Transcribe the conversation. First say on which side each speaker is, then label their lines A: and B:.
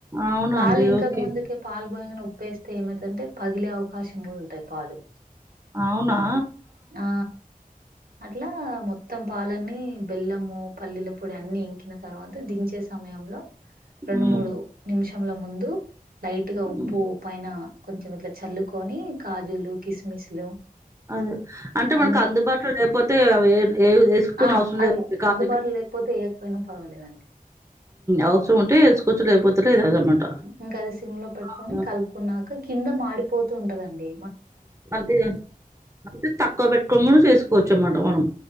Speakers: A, on the right (about 20°); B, on the right (about 85°).
A: అవునా
B: పాలు
A: అండి?
B: ఇంకక
A: ఓకే.
B: ముందుకే పాలు పొంగగానే గానే ఊపేస్తే ఏమై దంటే పగిలే అవకాశం కూడా ఉంటాయి పాలు
A: అవునా
B: ఆ అట్లా మొ మొత్తం పాలు అన్ని బెల్లము పల్లీల పొడి అన్ని కి తర్వాత దించే సమయంలో రెండు
A: ఆ! హ్మ్.
B: మూడు నిషము ల ముందు లైట్ గా
A: హ్మ్.
B: ఉప్పు పైన కొంచం ఇట్లా చల్లుకొని కాజులు కిస్మిస్లు
A: అదే అంటే
B: అన్ని
A: మనకు అందుబాటులో లేకపోతే అవి ఏసుకోనవసరం
B: ఆ అవి
A: లేదు లే కాజ
B: అందుబాటులో లేకపోతే వేయకపోయినా పర్వాలేదండి
A: అవసరం ఉంటే వేసుకోవచ్చు లేకపోతే లేదనమాట.
B: ఇంకా అది సింగలో పెట్టుకొని
A: ఆ!
B: కలుపుకున్నాక కింద మాడి పోతుంటుదండి
A: అంతేగాని అంతే తక్కువ పెట్టుకోముడు చేసుకు కూర్చుమ్మాటం మనం